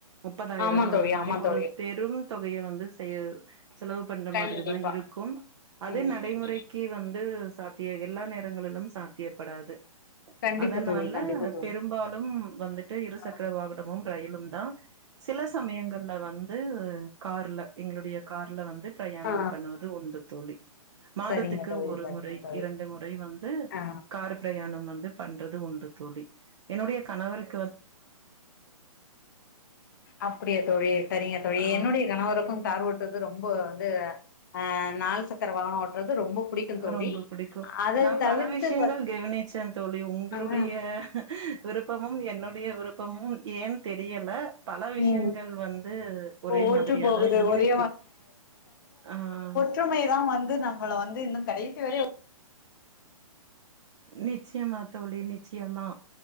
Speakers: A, on the right (about 50°); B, on the left (about 35°).
A: முப்பதாயிரம்
B: ஆமா
A: அந்த
B: தோழி
A: மாரி
B: ஆமா
A: ஒரு
B: தோழி
A: பெரும் தொகைய வந்து செய் செலவு பண்ற
B: கண்டிப்பா
A: மாதிரிதான் இருக்கும் அதே
B: ம்
A: நடைமுறைக்கு
B: ம்
A: வந்து சாத்தியம் எல்லா நேரங்களிலும் சாத்தியப்படாது
B: கண்டிப்பா
A: அதனால
B: தோழி கண்டிப்பா தோழி
A: பெரும்பாலும் வந்துட்டு இருசக்கர
B: ஆ
A: வாகனமும் ரயிலும் தான் சில சம சமயங்கள்ல வந்து கார்ல எங்களுடைய கார்ல வந்து பிரயாணம்
B: ஆ.
A: பண்ணுவது து உண்டு தோழி மாதத்துக்கு
B: சரிங்க தோழி
A: ஒரு
B: சரிங்க
A: முறை
B: தோழி
A: இரண்டு முறை வந்து
B: ஆ
A: கார் பிரயாணம் வந்து பண்றது உண்டு தோழி என்னுடைய கணவருக்
B: அப்டியா தோழி சரிங்க தோழி
A: ஆ
B: என்னுடைய கணவருக்கும் கார் ஓட்டுறது ரொம்ப வந்து அஹ நாள் சக்கர வாகனம் ஓட்டுறது ரொம்ப புடிக்கும் தோழி
A: ரொம்ப புடிக்கும்
B: அத
A: நான்
B: தவிர்த்து
A: பல விஷயங்கள் கவனிச்ச தோழி உங்களுடைய
B: பாத்தீங்கன்னா
A: விருப்பமும் என்னுடைய விருப்பமும் ஏன் தெரியல பன விஷயங்கள்
B: ம்
A: வந்து ஒரே
B: ஒற்று
A: மாதிரியாதான்
B: போகுது
A: இருக்கு
B: ஒரே
A: ஆஹ்
B: ற்றுமை தான் வந்து நம்மள வந்து இன்னும் கடைசி வர
A: நிச்சயமா தோழி நிச்சயமா